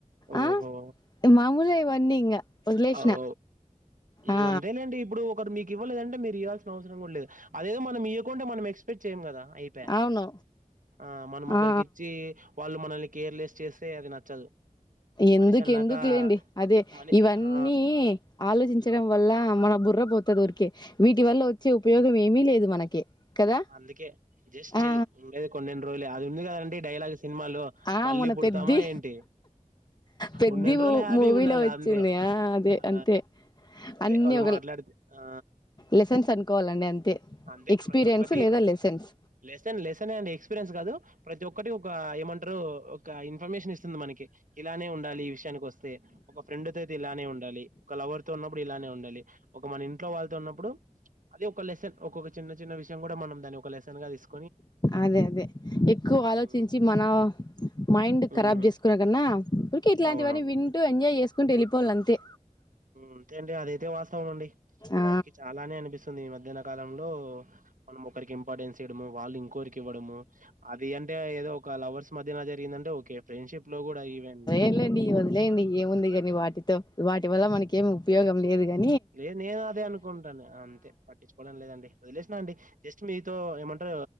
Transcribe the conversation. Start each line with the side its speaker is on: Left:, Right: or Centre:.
Right: ఓహో
Left: ఆ మాముూలే ఇవన్నీ ఇంగ వదిలేసిన
Right: అవవ్ ఉ
Left: ఆ
Right: అంతేలేండి ఇప్పుడు ఒకడు మీకు ఇవ్వలేదంటే మీరు ఇయ్యాల్సి న అవసరం కూడ లేదు అదే మనం ఈయకుంటె మనం ఎక్స్పెక్ట్ చేయం కదా. అయిపాయ్
Left: అవును
Right: ఆ మనం ఒకరికి
Left: ఆ
Right: ఇచ్చీ వాళ్ళు మనల్ని కేర్లెస్ చేస్తే అది నచ్చదు.
Left: ఎందుకు
Right: మనిషి అన్నాక
Left: ఎందుకు లేండి అదే
Right: మనీ
Left: ఇవన్నీ
Right: ఆ
Left: ఆలోచించడం
Right: ఉమ్
Left: వల్ల ల్ల మన బుర్ర పోతది ఊరికె వీటి వల్ల వచ్చే ఉపయోగం ఏమీ లేదు మనకి కదా.
Right: అందుకే జస్ట్
Left: ఆ
Right: చిల్ ఉండేది కొన్నెండు రోజులే అది ఉంది కదండి డైలాగ్ సినిమాలో
Left: ఆ
Right: మళ్ళీ
Left: మొన్న
Right: పుడతామా
Left: పెద్ది
Right: ఏంటి.
Left: పెద్ది
Right: ఉన్నెని రోజులు హ్యాపీగా
Left: మూవీలో
Right: ఉండాల
Left: వచ్చింది
Right: అంతే
Left: ఆ అదే
Right: ఆ
Left: అంతే
Right: అదె
Left: అన్ని
Right: వాళ్
Left: ఒక
Right: మాట్లాడితే ఆ
Left: లెసన్స్ అనుకోవాలండి అంతే
Right: అంతె
Left: ఎక్స్పీరియన్స్
Right: ప్రతి ఒక్క డి
Left: లేదా lessons
Right: lesson lesson and experience కాదు ప్రతి ఒక్కటి ఒక ఏమంటరు ఒక ఇన్ఫర్మేషన్ ఇస్తుంది మనకి. ఇలానే ఉండాలి ఈ విషయానికి వస్తే ఒక ఫ్రెండ్ తో అయితే ఇలానే ఉండాలి, ఒక లవర్ తో ఉన్నప్పుడు ఇలానే ఉండాలి. ఒక మన ఇంట్లో వాళ్ళతో ఉన్నప్పుడు అది ఒక లెసన్ ఒకొక చిన్న చిన్న విష యం కూడా మనం దాన్ని ఒక లెస్సన్ గా తీసు
Left: అదే అదే ఎక్కువ ఆలోచించి
Right: హ్మ్
Left: మన మైండ్
Right: హ్మ్
Left: కరాబ్ చేసు కునే కన్నా ఊరికే ఇట్లాంటివన్నీ
Right: అవునవును.
Left: వింటూ ఎంజాయ్ చేసుకుంటూ ఎళ్ళిపోవాలె అంతే.
Right: అంతే అండి అదయితే వాస్తవం అండి,
Left: ఆ
Right: మాకి చాలానే అనిపిస్ స్తుంది ఈ మధ్యన కాలంలో మనం ఒకరికి ఇంపార్టెన్స్ ఇయ్యడము వాళ్ళు ఇంకోకరికి ఇవ్వడము అది అంటే ఏదో ఒక లవర్స్ మధ్యన జరిగిందంటే ఒకే ఫ్రెండ్షిప్ లో కూడా ఈవెన్
Left: ఎలాంటీయి వది లేండి ఏముంది కాని వాటితో వాటి వల్ల మనకేమి ఉపయోగం లేదు గాని.
Right: లేదు నేను అదే అనుకుంటాన్న అంతే పట్టించుకోవడం లేదండి. వదిలేసినా అండి జస్ట్ మీతో ఏమంటరు